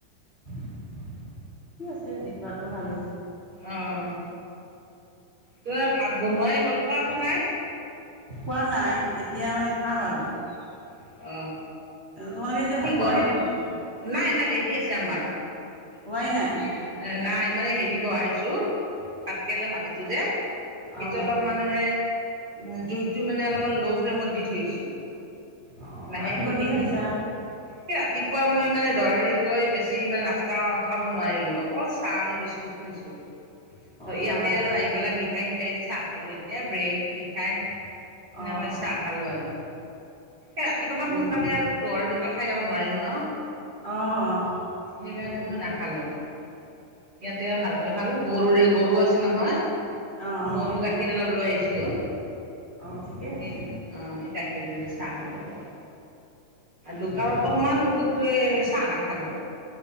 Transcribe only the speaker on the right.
অঁ ত ভাত বনোৱাই হ'ল খোৱাটো নাই?
অ',
অ
কি
গৰম,
নাই নাই ৰেদি আছে আমাৰ।
এ
নাই মানে হেৰি বহাইছো ভাতকেৰেলা ভাজি সেইটো যে সেইটো
অলপ মানে মানে জুইতটো মানে অলপ মান ল' ফ্লেমত দি থৈছো।
লাহেকৈ
<unintelligible> ৰাতিপুৱা মই মানে দৌৰা দৌৰিকৈ বেছি ইমান নাস্তা খাব নোৱাৰিলো অকল চাহ আৰু বিস্কুট খাইছোঁ। ত
ইয়াতে
আৰু
আহি
পেলাই মিঠাই চিঠাই দি চাহ খালোঁ। খালোঁ এতিয়া ব্ৰেড মিঠাই সেনেকৈ
চাহ খালোঁ আৰু। ৰাতিপুৱাবা
সোনকালে
আৰু দুৱাৰ দুক খাই যাব নোৱাৰিলো ন।
সেইকাৰণে
মই নাখালো ইয়াতে আৰু ভালকৈ খালো, গৰুৰে গৰু আছে নহয়।
গৰুৰ গাখীৰ অলপ লৈ আহিছিলো।
সেই
অঁ এইা গাখীৰেৰে চাহ খালোঁ অলপ। দোকানটো
সোমালো কিন্তু এই চাহ নাখালো।